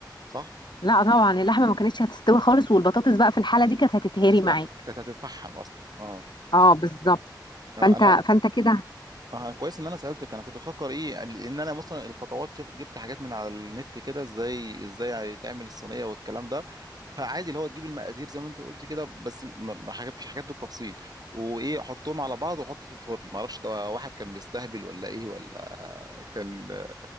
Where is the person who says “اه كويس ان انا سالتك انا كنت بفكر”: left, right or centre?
Right